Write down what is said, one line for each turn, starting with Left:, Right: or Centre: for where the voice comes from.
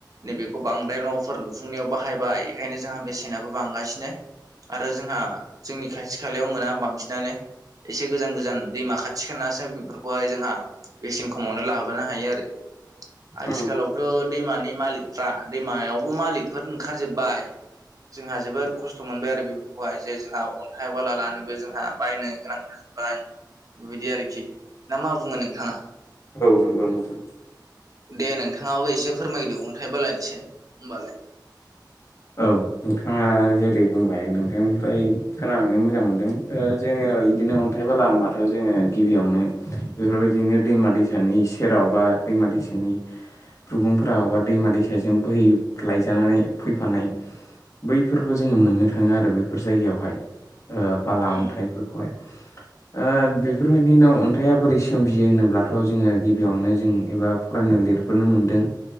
Right: नैबेखौ बांद्राय न'फोर लुफुंनायाव बाहायबाय बेखायनो जोंहा बेसेनाबो बांगासिनो। आरो जोंहा जोंनि खाथि खालायाव मोना बांसिनानो। एसे गोजान गोजान दैमा खाथि खालासो बेफोरखौहाय जोंहा बेसेन खमावनो लाबोनो हायो आरो। आथिखालावथ'
Left: उम
Right: दैमानि मालिकफ्रा दैमायावबो मालिकफोर ओंखारजोबबाय। जोंहा जोबोर खस्थ' मोनबाय आरो बेफोरखौहाय जे जोंहा अन्थाइ बाला लानोबो जोंहा बायनो गोनां <inaudible> बाय बेबायदि आरोखि ना मा बुङो नोंथाङा?
Left: औ नंगौ नोंथां।
Right: दे नोंथाङाबो एसे फोरमायदो अन्थाइ बालानि सायाव होमबालाय।
Left: औ नोंथाङा जेरै बुंबाय नोंथांनिफ्राय खोनानानै मोजां मोनदों। ओ जोङो इदिनो अन्थाइ बाला होनबाथ' जोङो गिबियावनो बेफोरबायदिनो दैमा दै सानि सेराव बा दैमा दैसानि रुगुंफोरा माबा दैमा दैसाजों बोहै लायजानानै फै फानाय बैफोरखौ जोङो मोननो थाङो आरो बैफोर जायगायावहाय ओ बाला
Right: उम
Left: अन्थाइफोरखौहाय। ओ बेफोरबायदिनो अन्थाइया बोरै सोमजियो होनोब्लाथ' जोङो गिबियावनो जों एबा फरायनो लिरबोनो मोनदों